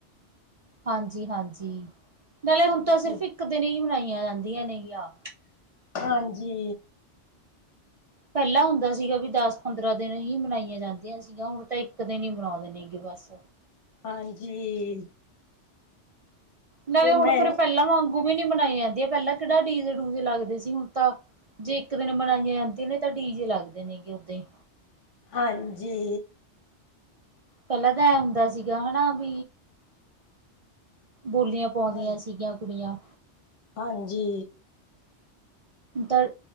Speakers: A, on the right; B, on the left.
A: ਹਾਂਜੀ -ਹਾਂਜੀ ਨਾਲੇ
B: ਹਾਂਜੀ
A: ਹੁਣ ਤਾਂ ਸਿਰਫ਼ ਇੱਕ ਦਿਨ ਹੀ, ਮਨਾਈਆਂ ਜਾਂਦੀਆਂ ਨੇਗੀਆਂ।
B: ਹਾਂਜੀ
A: ਪਹਿਲਾਂ ਹੁੰਦਾ ਸੀਗਾ ਵੀ ਦਸ, ਪੰਦਰਾਂ ਦਿਨ ਹੀ ਮਨਾਈਆਂ ਜਾਂਦੀਆਂ ਸੀਗੀਆਂ, ਹੁਣ ਤਾਂ ਇੱਕ ਦਿਨ ਹੀ ਮਨਾਉਂਦੇ ਨੇ ਇ ਬਸ
B: ਹਾਂਜੀ
A: ਨਹੀਂ
B: ਮੈਂ
A: ਹੁਣ ਫੇਰ, ਪਹਿਲਾਂ ਵਾਂਗੂ ਵੀ ਨੀ ਮਨਾਈਆਂ ਜਾਂਦੀਆਂ, ਪਹਿਲਾਂ ਕਿਹੜਾ ਡੀਜ਼ੇ ਡੂਜੇ ਲੱਗਦੇ ਸੀ, ਹੁਣ ਤਾਂ ਜੇ ਇੱਕ ਦਿਨ ਮਨਾਈਆਂ ਜਾਂਦੀਆਂ ਨੇ, ਤਾਂ ਡੀ ਜੇ ਲੱਗਦੇ ਨੇਗੇ ਉਓਦਾਂ ਹੀ।
B: ਹਾਂਜੀ
A: ਪਹਿਲਾਂ ਤਾਂ ਐ ਹੁੰਦਾ ਸੀਗਾ, ਹਨਾ ਬ ਬੋਲੀਆਂ, ਪਾਉਂਦੀਆਂ
B: ਹਾਂਜੀ
A: ਸੀਗੀਆਂ, ਕੁੜੀਆਂ
B: ਹਾਂਜੀ
A: ਤਾਂ